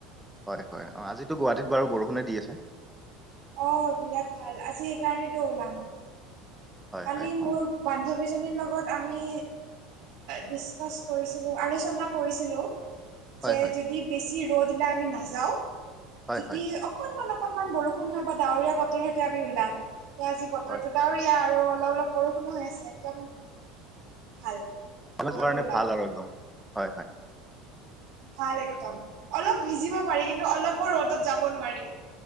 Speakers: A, in the centre; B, on the right (about 60°).
A: হয় হয়, অ', আজিতো গুৱাহাটীত বাৰু বৰষুণে দি আছে।
B: অ', বিৰাট ভাল, আজি সেইকাৰণেতো ওলাম।
A: হয়
B: কালি
A: হয়
B: মোৰ
A: অ
B: বান্ধৱীজনীৰ লগত আমি ডিচকাচ কৰিছিলোঁ, আলোচনা কৰিছিলোঁ। যে
A: হয় হয়
B: যদি বেছি ৰ'দ ওলাই আমি নাযাওঁ
A: হয়
B: যদি
A: হয়
B: অকনমান অকনমান বৰষুণ হয় বা ডাৱৰীয়া বতৰ হয় তে আমি ওলাম, ত' আজি বতৰটো
A: হয়
B: ডাৱৰীয়া আৰু অলপ অলপ বৰষুণো হৈ আছে একদম ভাল ত'
A: কলেজ যোৱাৰ
B: আমি
A: কাৰণে
B: ওলাম
A: ভাল আৰু একদম হয় হয়
B: ভাল একদম
A: হয়
B: অলপ ভিজিব
A: হয়।
B: পাৰি কিন্তু অলপো ৰ'দত যাব নোৱাৰি